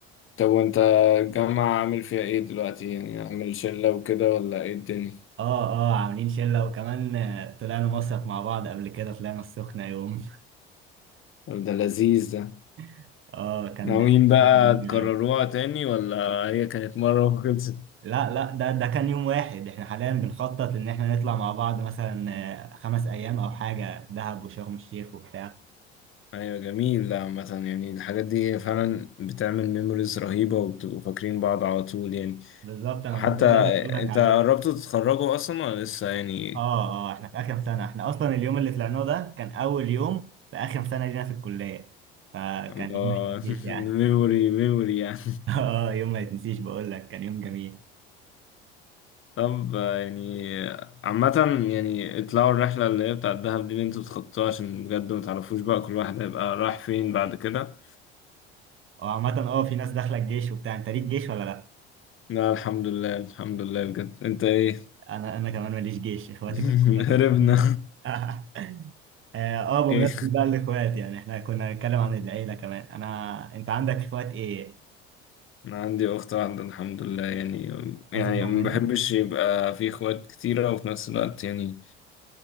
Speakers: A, on the left; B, on the right.
A: طب وانت الجامعة عامل فيها ايه دلوقتي يعني عامل شلة وكده ولا ايه الدنيا
B: <laughs> اه اه عاملين شله وكمان آه، طلعنا مصيف مع بعض قبل كده طلعنا السخنه يوم
A: ولا ده لذيذ ده؟
B: <laughs> اه كان
A: ناويين
B: كان
A: بقى
B: يوم جميل
A: تكرروها
B: قوي
A: تاني ولا هي كانت مرة وخلصت؟
B: لا لا ده ده كان يوم واحد احنا حاليا بنخطط ان احنا نطلع مع بعض مثلا آه، خمس ايام او حاجه دهب وشرم الشيخ وبتاع
A: أيوة جميل لا مثلا يعني الحاجات دي فعلا بتعمل ميموريز رهيبة وبتبقوا فاكرين بعض على طول يعني
B: بالظبط انا
A: وحتى
B: الموضوع ده اللي بقول
A: أنت
B: لك عليه
A: قربتوا تتخرجوا أصلا ولا لسه يعني؟
B: اه اه احنا في اخر سنه احنا اصلا اليوم اللي طلعناه ده كان اول يوم في اخر سنه لينا في الكليه فكان
A: الله
B: يوم ما يتنسيش
A: <laughs>
B: يعني
A: ميموري ميموري يعني
B: <laughs> اه يوم ما يتنسيش بقول لك كان يوم جميل
A: طب آه، يعني عامة يعني اطلعوا الرحلة اللي هي بتاعت الدهب دي اللي انتوا تخطوها عشان بجد ما تعرفوش بقى كل واحد هيبقى رايح فين بعد كده
B: وعامه اه في ناس داخله الجيش وبتاع انت ليك جيش ولا لا
A: لا الحمد لله الحمد لله بجد انت ايه
B: انا انا كمان ماليش جيش اخواتي
A: <laughs>
B: كلهم بنات
A: هربنا
B: <laughs> اه آه،
A: ايه
B: بمناسبه بقى الاخوات يعني احنا كنا هنتكلم عن العيله كمان انا انت عندك اخوات ايه
A: انا عندي اخت واحده الحمد لله يعني يعني
B: اصغر
A: ما
B: منك
A: بحبش يبقى في اخوات كتيره وفي نفس الوقت يعني